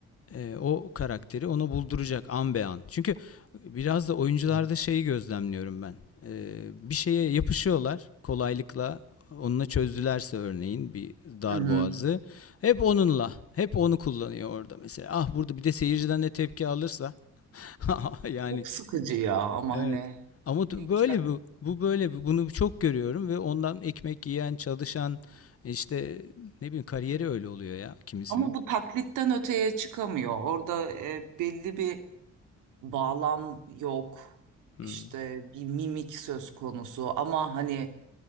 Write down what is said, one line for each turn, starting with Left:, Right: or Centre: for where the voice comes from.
Left: e, o karakteri ona bulduracak an be an. Çünkü biraz da oyuncularda
Right: Evet.
Left: şeyi gözlemliyorum ben. E, bir şeye yapışıyorlar kolaylıkla. Onunla çözdülerse örneğin bir dar
Right: Hı hı.
Left: boğazı. Hep onunla. Hep onu kullanıyor orada mesela. Ah burada bir de seyirciden de tepki alırsa. <laughs> yani
Right: Çok sıkıcı ya ama
Left: Evet.
Right: hani
Left: Ama t-
Right: bir
Left: böyle
Right: ke-
Left: bu. Bu böyle bu. Bunu çok görüyorum ve ondan ekmek yiyen, çalışan işte ne bileyim kariyeri öyle oluyor ya kimisinin.
Right: ama bu taklitten öteye çıkamıyor. Orada e, belli bir bağlam yok.
Left: Hı.
Right: İşte bir mimik söz konusu ama hani